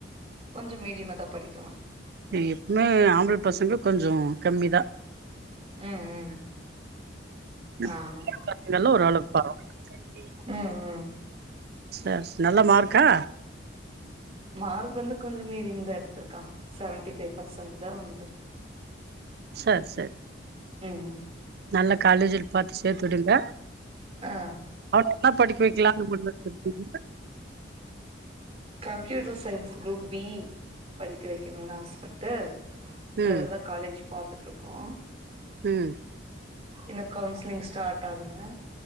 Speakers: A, on the right; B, on the right.
A: கொஞ்சோ மீடியமா தான் படிக்கும்
B: எ எப்பவுமே ஆம்பள பசங்க கொஞ்சோ கம்மிதான்
A: ம் ம்
B: இதுயெல்லா
A: ஆமா
B: ஒரு அளவுக் பரவால சேரி
A: ம் ம்
B: ச நல்ல மார்க்கா
A: மார்க்கு வந்து கொஞ்சோ மீடியம் தான் எடுத்திருக்கான் செவன்டி ஃபைவ் பர்சன்ட் தான் வந்திருக்கு
B: சேரி சேரி
A: ம்
B: நல்ல காலேஜ்ல பாத்து சேத்துவிடுங்க
A: ஆ
B: அடுத்து என்ன படிக்க வைக்கலான்னு முடிவு எடுத்துருக்கீங்க
A: கம்ப்யூட்டர் சயின்ஸ் குரூப் பி படிக்க வைக்கணும்னு ஆசப்பட்டு ச
B: ம்
A: அததான் காலேஜ் பாத்துட்டு இருக்கோ
B: ம்
A: இன்னு கவுன்சிலிங் ஸ்டார்ட் ஆகல